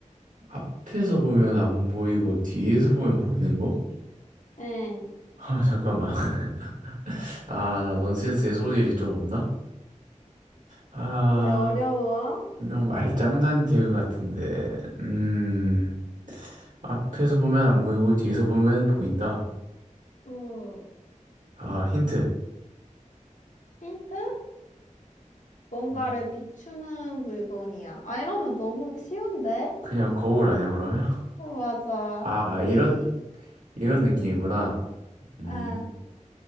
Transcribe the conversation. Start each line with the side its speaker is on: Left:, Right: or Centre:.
Right: 앞에서 보면 안 보이고 뒤에서 보면 보이는 거?
Left: 응.
Right: 아, 잠깐만. <laughs> 아, 나 넌센스의 소질이 좀 없나? 아.
Left: 왜 어려워?
Right: 분명 말장난 개그 같은데, 음, 앞에서 보면 안 보이고 뒤에서 보면 보인다.
Left: 음.
Right: 아, 힌트.
Left: 힌트? 뭔가를
Right: 음,
Left: 비추는 물건이야. 아, 이러면 너무 쉬운데?
Right: 그냥 거울 아니야, 그러면?
Left: 아, 맞아.
Right: 아, 이런,
Left: 에이,
Right: 이런 느낌이구나. 음,
Left: 아,